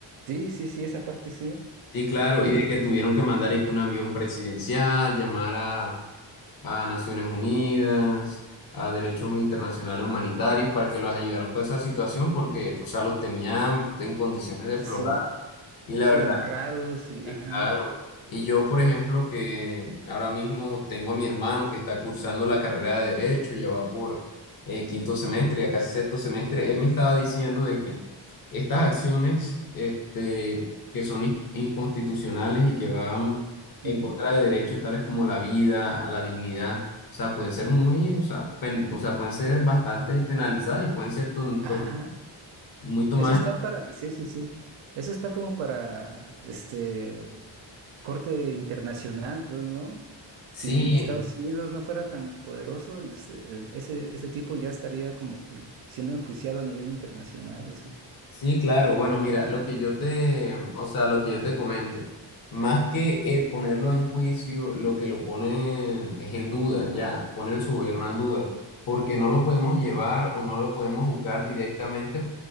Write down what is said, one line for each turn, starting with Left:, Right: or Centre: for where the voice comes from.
Right: Sí, sí, sí, esa parte sí.
Left: Sí, claro, y de que tuvieron que mandar y que un avión presidencial llamara a Naciones Unidas, a derechos internacionales humanitarios para que los ayudaran con esa situación porque, o sea, los tenían en condiciones deplorables.
Right: Sí,
Left: Y la
Right: sí,
Left: verdad
Right: amarrados y
Left: Sí,
Right: ajá.
Left: claro. Y yo, por ejemplo, que ahora mismo tengo a mi hermano que está cursando la carrera de Derecho, ya va por eh, quinto semestre, ya casi sexto semestre, él me estaba diciendo de que estas acciones este, que son in- inconstitucionales y que van en
Right: mm,
Left: contra de derechos tales como la vida, a la dignidad, o sea, pueden ser muy, o sea, pen- o sea, pueden ser bastante penalizadas y pueden ser ton-
Right: Ajá.
Left: tom- muy tomadas.
Right: Eso está para, sí, sí, sí. Eso está como para este corte internacional, pues, ¿no?
Left: Sí,
Right: Si Estados Unidos no fuera tan poderoso, es- el- ese, ese tipo ya estaría como que siendo enjuiciado a nivel internacional, o sea.
Left: Sí, claro. Bueno, mira, lo que yo te, o sea, lo que yo te comento, más que eh, ponerlo en juicio, lo que lo ponen es en duda, ya, ponen su gobierno en duda, porque no lo podemos llevar o no lo podemos juzgar directamente